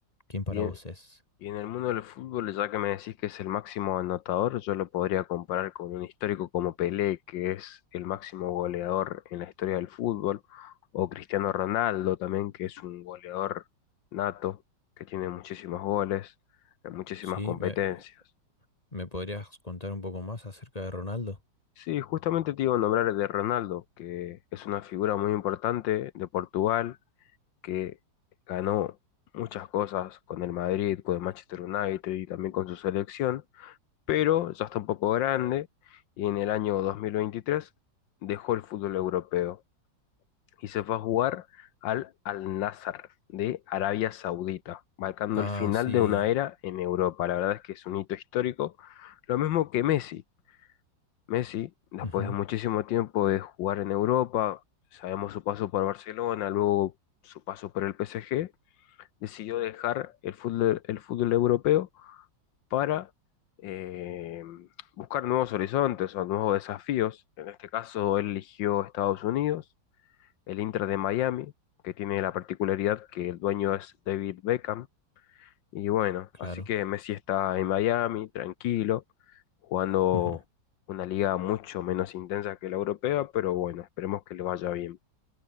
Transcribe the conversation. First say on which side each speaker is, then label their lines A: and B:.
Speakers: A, on the left; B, on the left.
A: ¿Quién para
B: Y en,
A: vos es?
B: y en el mundo del fútbol, ya que me decís que es el máximo anotador, yo lo podría comparar con un histórico como Pelé, que es el máximo goleador en la historia del fútbol, o Cristiano Ronaldo también, que es un goleador nato, que tiene muchísimos goles, en muchísimas
A: Sí,
B: competencias.
A: ¿me, me podrías contar un poco más acerca de Ronaldo?
B: Sí, justamente te iba a nombrar de Ronaldo, que es una figura muy importante de Portugal, que ganó muchas cosas con el Madrid, con el Manchester United y también con su selección, pero ya está un poco grande y en el año 2023 dejó el fútbol europeo y se fue a jugar al Al-Nassr de Arabia Saudita, marcando
A: Ah,
B: el final
A: sí,
B: de una era en Europa. La verdad es que es un hito histórico, lo mismo que Messi Messi, después
A: ujú,
B: de muchísimo tiempo de jugar en Europa, sabemos su paso por Barcelona, luego su paso por el PSG, decidió dejar el fútbol, el fútbol europeo para eh, buscar nuevos horizontes o nuevos desafíos. En este caso, él eligió Estados Unidos, el Inter de Miami, que tiene la particularidad que el dueño es David Beckham, y bueno,
A: claro.
B: así que Messi está en Miami, tranquilo, jugando
A: ujú.
B: una liga mucho menos intensa que la europea, pero bueno, esperemos que le vaya bien.